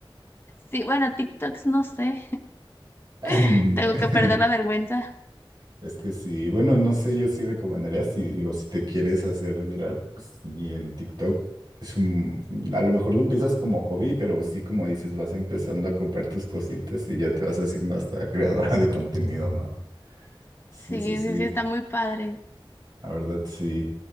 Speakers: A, on the left (about 25°); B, on the right (about 50°).
A: Sí, bueno, TikToks no sé,
B: <laughs>
A: <laughs> tengo que perder la vergüenza.
B: Es que sí, bueno, no sé, yo sí recomendaría, si digo, si te quieres hacer viral, pues sí, en TikTok. Es un, mm, a lo mejor lo empiezas como hobby, pero sí, como dices, vas empezando a comprar tus cositas y ya te vas haciendo hasta creadora de contenido, ¿no? Sí,
A: Sí,
B: sí, sí,
A: sí, sí, está muy padre.
B: la verdad, sí.